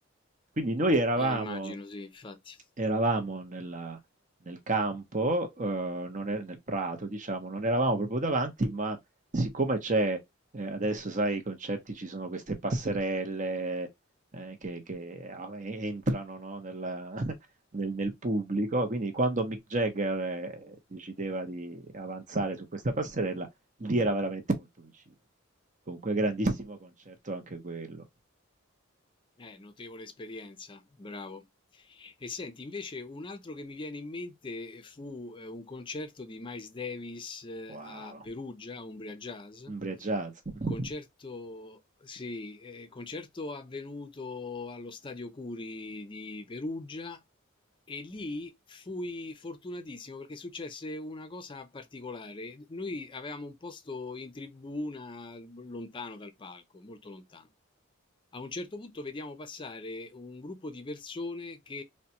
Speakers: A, on the right; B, on the left.
A: Quindi noi eravamo,
B: Eh, immagino, sì, infatti.
A: eravamo nella- nel campo, eh, non è- nel prato, diciamo, non eravamo proprio davanti, ma siccome c'è, eh, adesso sai, i concerti ci sono queste passerelle eh, che, che, ah, e- entrano, no, nella- <laughs> nel, nel pubblico, quindi quando Mick Jagger eh, decideva di avanzare su questa passerella, lì era veramente molto vicino. Comunque grandissimo concerto anche quello.
B: Eh, notevole esperienza, bravo. E senti, invece un altro che mi viene in mente fu eh, un concerto di Miles Davis eh,
A: Wow,
B: a Perugia, a Umbria Jazz.
A: Umbria Jazz. <laughs>
B: Concerto, sì, eh, concerto avvenuto allo Stadio Curi di Perugia e lì fui fortunatissimo perché successe una cosa particolare. Noi avevamo un posto in tribuna lontano dal palco, molto lontano. A un certo punto vediamo passare un gruppo di persone che